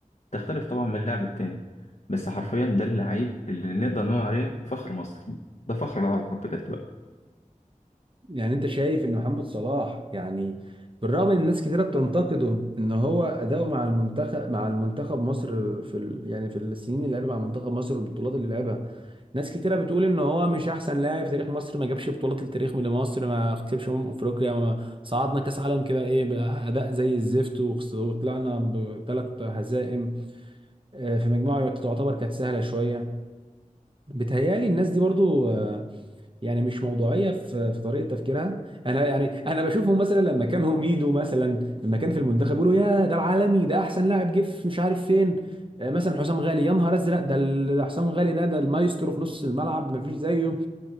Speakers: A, on the left; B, on the right.
A: تختلف طبعا من اللاعب التاني بس حرفيا ده اللعيب اللي نقدر نقول عليه فخر مصر ده فخر العرب بجد بقى
B: يعني انت شايف ان محمد صلاح يعني بالرغم ان الناس كتيره بتنتقده ان هو اداؤه مع المنتخب مع المنتخب مصر في ال... يعني في السنين اللي لعبها مع منتخب مصر والبطولات اللي لعبها ناس كتيره بتقول ان هو مش احسن لاعب في تاريخ مصر ما جابش بطولات لتاريخ لمصر ما كسبش امم افريقيا ما صعدنا كاس عالم كده ايه باداء زي الزفت وخس- وطلعنا بثلاث هزائم آه، في مجموعه تعتبر كانت سهله شويه بتهيالي الناس دي برضو آه، يعني مش موضوعيه في في طريقه تفكيرها انا يعني انا بشوفهم مثلا لما كان ميدو مثلا لما كان في المنتخب يقولوا يا ده العالمي ده احسن لاعب جه في مش عارف فين آه، مثلا حسام غالي يا نهار ازرق ده ال- ده حسام غالي ده ده المايسترو في نص الملعب ما فيش زيه